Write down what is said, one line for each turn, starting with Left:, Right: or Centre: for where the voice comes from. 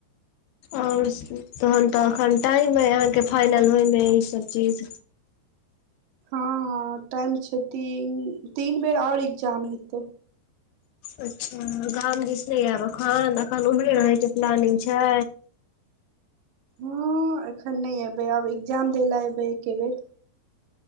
Left: और तहन तऽ एखन टाइम यह अहाँके फाइनल होइमे ईसभ चीज
Right: हँ टाइम छै तीन तीन बेर और एग्जाम हेते
Left: अच्छा गाम दिस नै आयब एखन एखन उम्हरे रहै के प्लानिंग छै
Right: हँ एखन नहि एबै आब एग्जाम दै ले एबै एके बेर